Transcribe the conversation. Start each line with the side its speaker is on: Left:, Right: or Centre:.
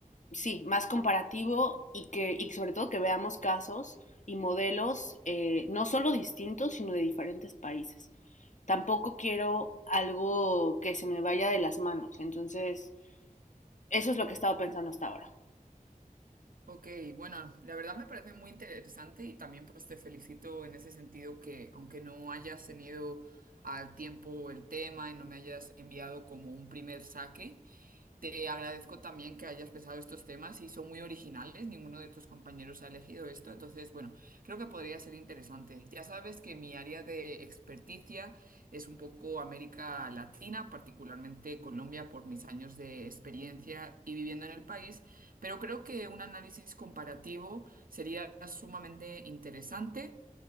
Left: sí, más comparativo y que y sobre todo que veamos casos y modelos eh, no solo distintos, sino de diferentes países. Tampoco quiero algo que se me vaya de las manos. Entonces, eso es lo que he estado pensando hasta ahora.
Right: Ok, bueno, la verdad me parece muy interesante y también pues te felicito en ese sentido que aunque no hayas tenido al tiempo el tema y no me hayas enviado como un primer saque, te agradezco también que hayas pensado estos temas y son muy originales, ninguno de tus compañeros ha elegido esto, entonces, bueno, creo que podría ser interesante. Ya sabes que mi área de experticia es un poco América Latina, particularmente Colombia, por mis años de experiencia y viviendo en el país, pero creo que un análisis comparativo sería sumamente interesante.